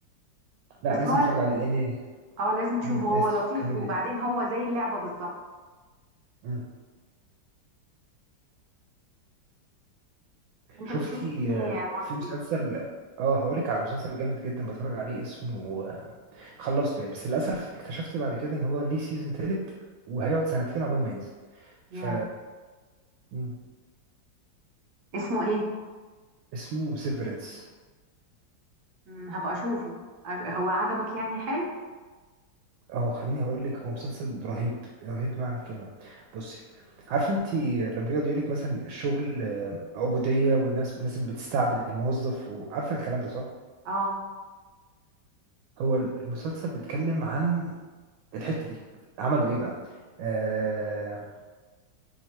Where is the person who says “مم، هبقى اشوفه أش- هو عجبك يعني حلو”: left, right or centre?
Right